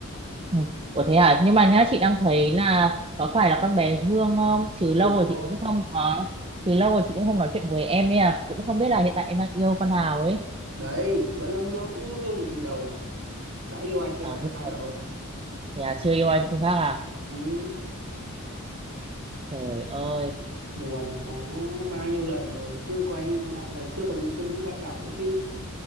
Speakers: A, on the right (about 25°); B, on the right (about 70°).
A: ừ. Ủa thế à? Nhưng mà nhá, chị đang thấy là có phải là con bé Hương không? Chứ lâu
B: đúng
A: rồi
B: rồi
A: chị cũng không có, chứ lâu rồi chị cũng không nói chuyện với em ấy à. Cũng không biết là hiện tại em đang yêu con nào ấy.
B: đấy vẫn là Hương nhưng Hương là tình đầu mà đã yêu ai thêm
A: À,
B: ai
A: Hương
B: khác
A: mà
B: đâu
A: thế à, chưa yêu anh Thiên Khác à?
B: ừ,
A: Trời ơi,
B: buồn quá bao nhiêu lần rồi cứ quay đi quay lại lần trước còn bị Xuân Vũ bắt gặp nữa chứ